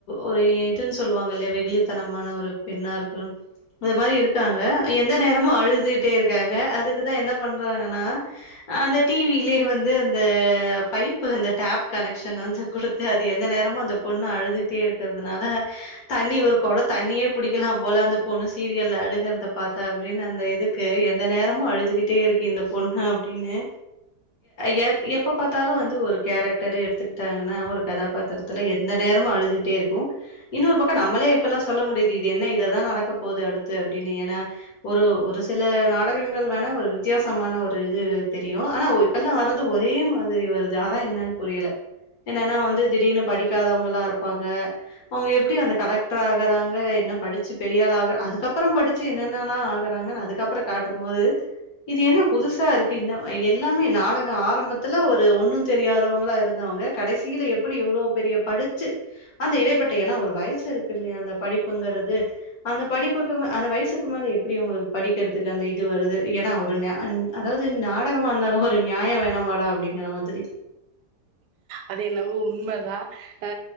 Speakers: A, on the left; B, on the right.
A: ஒரு இதுன்னு சொல்லுவாங்க இல்லயா வெகுலித்தனமான ஒரு பெண்ணா இருக்கும் அது மாரி இருக்காங்க எந்த நேரமு அழுதுட்டே இருக்காங்க அதுக்குதா என்ன பண்றாங்கனா அந்த டிவிலயே வந்து அந்த பைப்பு அந்த டேப் கனெக்ட் சன் வந்து குடுத்து அது எந்த நேரமு அந்த பொண்ணு அழுதுட்டே இருக்றதுனால தண்ணி ஒரு கொட தண்ணியே புடிக்கலா போல அந்த பொண்ணு சீரியல்ல அழுகுறத பாக்க அப்டினு அந்த இது இருக்கு எந்த நேரமு அழுதுகிட்டே இருக்கு இந்த பொண்ணு அப்டின்னு எ எப்ப பாத்தாலு வந்து ஒரு கேரக்டரு எத்துக்கிட்டாங்கன்னா ஒரு கதாபாத்திரத்துல எந்த நேரமு அழுதுகிட்டே இருக்கு இன்னொரு பக்கோ நம்மளே இப்பெல்லா சொல்ல முடியுது இது என்ன இததா நடக்க போது அடுத்து அப்டின்னு ஏன்னா ஒரு ஒரு சில நாடகங்கள் வேணா ஒரு வித்தியாசமான ஒரு இது தெரியு ஆனா ஒ இப்பெல்லா வர்றது ஒரே மாதிரி வருது அதா என்னன்னு புரியல என்னன்னா வந்து திடீர்னு படிக்காதவங்களா இருப்பாங்க அவங்க எப்டி அந்த கலெக்டர் ஆகுறாங்க என்ன படிச்சு பெரியாள் ஆகுற அதுக்கப்புறோ படிச்சு ச்சு என்னன்னல்லா ஆகுறாங்கன்னு அதுக்கப்புறோ காட்டும் போது இது என்ன புதுசா இருக்கு இந்த எல்லாமே நாடகோ ஆரம்பத்துல ஒரு ஒன்னு தெரியாதவங்களா இரு இருந்தவங்க கடைசியில எப்டி இவ்ளோ பெரிய படிச்சு அந்த இடைப்பட்ட ஏன்னா ஒரு வயசு இருக்குல்லயா அந்த படிப்புங்கிறது அந்த படிப்புக்கு மே அந்த வயசுக்கு மேல எப்டி அவங்களுக்கு படிக்கிறதுக்கு அந்த இது வருது ஏன்னா ஒரு நியா அதாவ்து நாடகமா இருந்தாலு ஒரு நியாயோ வேணமாடா அப்டிங்கிற மாதிரி
B: அது என்னவோ உண்மதா அ